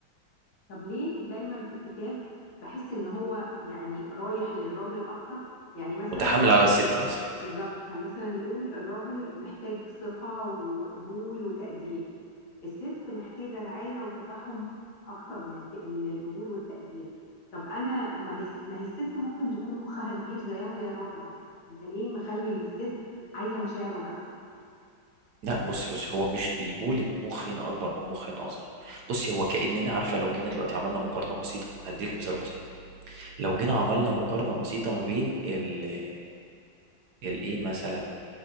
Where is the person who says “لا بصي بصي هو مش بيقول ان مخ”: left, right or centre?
Right